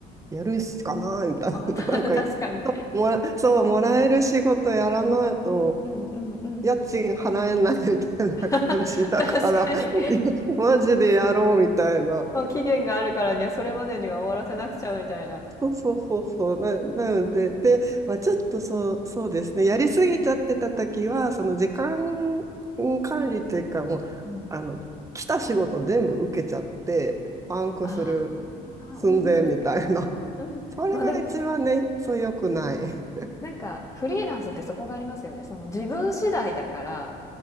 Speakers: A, on the right (about 20°); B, on the left (about 20°).
A: やるしかないみたいな。
B: あ、
A: <laughs>
B: た
A: なんか、
B: <laughs> 確かに。
A: <laughs> そうもら、そう、もらえる仕事やらないと、
B: うんうんうんうん。
A: 家賃払えないみたいな感じだから、
B: <laughs> 確かに。
A: いやマジでやろうみたいな。
B: もう期限があるからには、それまでには終わらせなくちゃみたいな。
A: そうそうそうそう。
B: そっか。
A: な、なので、で、まあ、ちょっとそう、そうですね。やりすぎちゃってた時は、その時間管理というか、もう、
B: うん。
A: あの、来た仕事全部受けちゃって、パンクする
B: あ
A: 寸前みたいな。
B: あ、うんうんうん。
A: それが一番ね、
B: ま、でも、
A: そう良くない。
B: なんかフリーランスってそこがありますよね。その自分次第だから、